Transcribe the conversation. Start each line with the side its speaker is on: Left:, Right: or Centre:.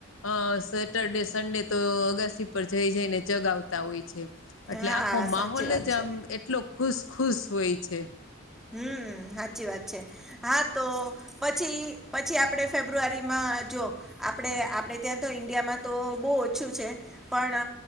Left: અ સેટરડે સન્ડે તો અગાસી પર જઈ જઈને ચગાવતા હોય છે એટલે
Centre: હા
Left: આખો
Centre: સાચી
Left: માહોલ
Centre: વાત
Left: જ
Centre: છે
Left: આમ એટલો ખુશ ખુશ હોય છે
Centre: હમ્મ સાચી વાત છે હા તો પછી પછી આપણે ફેબ્રુઆરીમાં જો આપણે આપણે ત્યાં તો ઈન્ડિયામાં તો બહુ ઓછું છે પણ